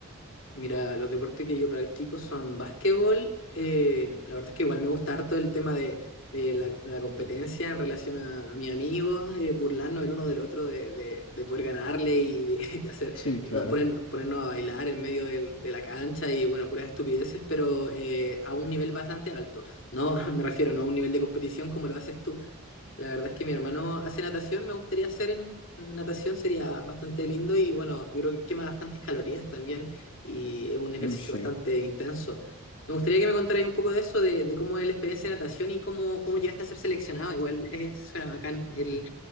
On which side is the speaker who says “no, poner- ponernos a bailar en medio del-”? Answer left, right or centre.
Left